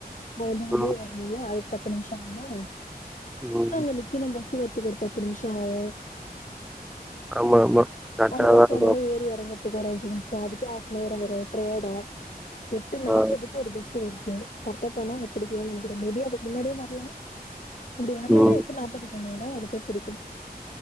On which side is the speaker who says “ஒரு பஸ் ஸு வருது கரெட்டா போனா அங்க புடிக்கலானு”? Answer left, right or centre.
Left